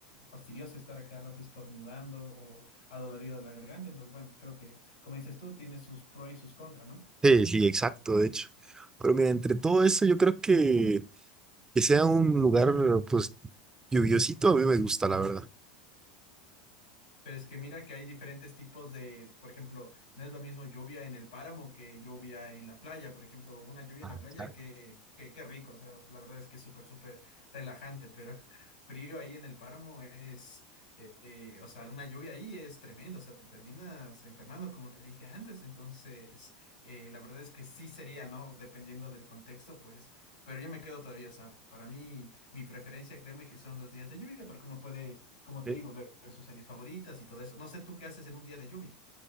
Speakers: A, on the left (about 85°); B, on the right (about 15°).
A: fastidioso estar a cada rato estornudando o adolorido de la garganta, entonces bueno, creo que, como dices tú, tiene sus pro y sus contra, ¿no?
B: Sí, sí, exacto, de hecho. Pero mira, entre todo eso, yo creo que que sea un lugar, pues, lluviosito, a mí me gusta, la verdad.
A: Pero es que mira que hay diferentes tipos de, por ejemplo, no es lo mismo lluvia en el páramo que lluvia en la playa. Por ejemplo, una lluvia
B: Ah,
A: en la playa,
B: claro.
A: que qué, qué rico. O sea, la verdad es que es súper, súper relajante, pero <laughs> frío ahí en el páramo es, eh, eh, o sea, una lluvia ahí es tremendo. O sea, te terminas enfermando, como te dije antes. Entonces, eh, la verdad es que sí sería, ¿no? Dependiendo del contexto, pues pero yo me quedo todavía, o sea, para mí, mi preferencia, créeme que son los días de lluvia, porque uno puede, como te
B: Eh,
A: digo, ver, ver sus series favoritas y todo eso. No sé tú qué haces en un día de lluvia.